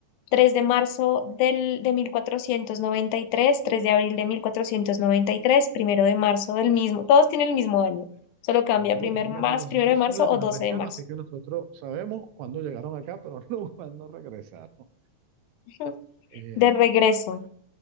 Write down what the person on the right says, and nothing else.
nosotros,
lo tenemos
que decir, nosotros
somos latinoamericanos,
así que nosotros sabemos cuándo llegaron acá, pero <laughs> no cuándo regresaron.
Eh,